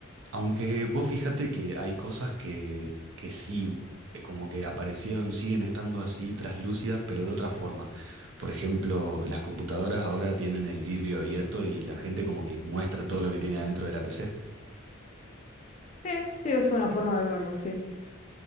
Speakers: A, on the right; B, on the left.
A: Aunque vos fíjate que hay cosas que, que sí, eh, como que aparecieron, siguen estando así traslúcidas, pero de otra forma. Por ejemplo, las computadoras ahora tienen el vidrio abierto y la gente como que muestra todo lo que tiene adentro de la PC.
B: Sí, sí, es una forma de verlo, sí.